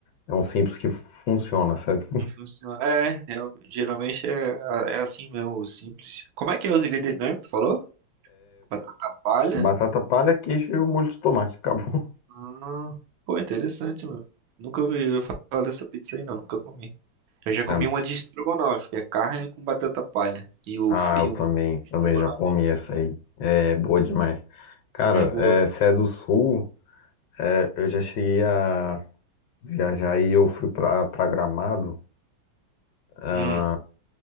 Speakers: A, on the left; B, on the right.
A: é um simples que funciona, sabe?
B: E funciona. É, é, geralmente é, é assim mesmo, simples. Como é que é os ingredientes mesmo? que Tu falou? Batata palha?
A: Batata palha, queijo e o molho de tomate, acabou.
B: Ah, pô, interessante, mano. Nunca ouvi falar dessa pizza aí, não. Nunca comi. Eu já comi
A: <laughs>
B: uma de estrogonofe, que é carne com batata palha. E o,
A: Ah,
B: e
A: eu também,
B: o molho de
A: também
B: estrogonofe.
A: já comi essa aí, é boa demais. Cara,
B: É boa.
A: é, se é do Sul, é, eu já cheguei a viajar e eu fui pra, pra Gramado. Ah,
B: Hum.